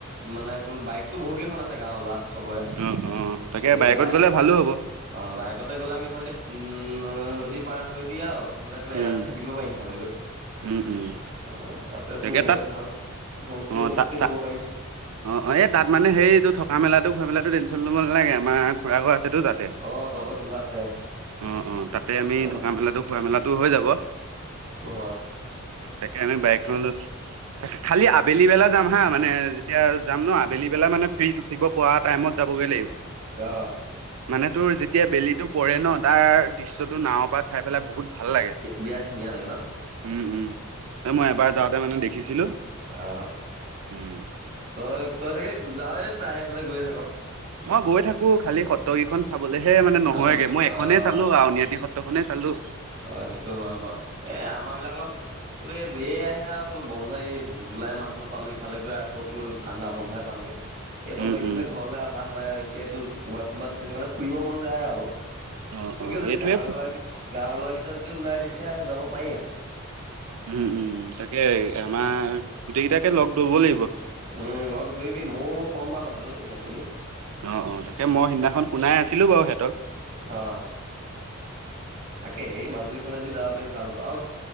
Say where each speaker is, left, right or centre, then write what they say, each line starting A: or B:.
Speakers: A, on the right (about 35°); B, on the right (about 80°).
A: মানে তোৰ বাইকো বহুত কেইখন আছে গাঁৱৰ ল'ৰা। চবৰে
B: অ', অ', তাকে
A: গতিকে
B: বাইকত
A: বাইক
B: গ'লে ভালো হ'ব।
A: অ', বাইেকতে গ'লে আমি এইফালেদি উম নদী পাৰ হৈ দি আৰু সেইফালে তোৰ এৰাতি
B: উম,
A: থাকি দিব পাৰি সিফালে গৈ,
B: উম, উম,
A: অ' তাতে
B: তাকে
A: তোৰ এনেকে
B: তাত
A: ভাল হোমষ্টে
B: অ',
A: চোমষ্টে
B: তাত তাত
A: ল'ব পাৰিম।
B: অ', অ', এই তাত মানে হেৰি এইটো থকা মেলাটো খোৱা মেলাটো টেনশ্যন ল'ব নালাগে আমাৰ খুৰা ঘৰ আছেতো তাতে।
A: অ', তহঁতৰ কোনোবা আছে?
B: অ', অ', তাতে আমি
A: অ',
B: থকা মেলাটো খোৱা মেলাটো হৈ যাব।
A: সেইটো হয়
B: তাকে আমি বাইকখন লৈ খালি আবেলি বেলা যাম হা মানে যেতিয়া যাম ন আবেলি বেলা মানে ফ্ৰী থাকিব। পোৱা টাইমত যাবগৈ লাগিব।
A: অ'।
B: মানে তোৰ যেতিয়া বেলিটো পৰে ন তাৰ দৃশ্যটো নাৱৰ পৰা চাই পেলাই বহুত ভাল লাগে।
A: বিয়া ধুনীয়া। লাগে ন
B: উম, উম, এ মই এবাৰ যাওঁতে মানে দেখিছিলোঁ।
A: আ,
B: উম।
A: তই-তই চাগে যাৱ‌ই প্ৰায় এইফালে গৈয়ে থাক।
B: মই গৈ থাকোঁ, খালি সত্ৰকেইখন চাবলেহে মানে
A: চাবলৈ
B: নহয়গে মই এখনেই
A: অ',
B: চালো <unintelligible> এখনে চালোঁ।
A: অ', সেইটো হয় বাৰু এই আমাৰ বিলাকত তোৰ এই এই আহে আৰু তোৰ বন্ধ এই জুলাই মাহটোত পালো ইফালে গৈ আকৌ তোৰ ঠাণ্ডা বন্ধই পামগে। এই বন্ধৰ
B: উম
A: দিনতে
B: উম,
A: ঘৰলে অহা হয় আৰু এতিয়টো ক'ৰবাত ক'ৰবাত সেইটোকাৰণে ফুৰিব মন যায় অলপ।
B: অ অ
A: গতিকে যদি
B: এইটোৱে
A: গাৱ-ল'ৰা, গাৱ-ল'ৰা কেইটা যদি ওলাই তেতিয়া যাব পাৰি আৰু।
B: উম, উম তাকে আমাৰ গোটেইকেইটাকে লগ ধৰিব লাগিব।
A: উম, লগ ধৰিবি ময়ো কম বাৰু কথাটো সিহঁত খিনিক।
B: অ', অ' তাকে মই সিদিনাখন শুনাই আছিলোঁ বাৰু সিহঁতক।
A: অ তাকে সেই মাজুলী ফালে যদি যাব পাৰি ভাল হব আৰু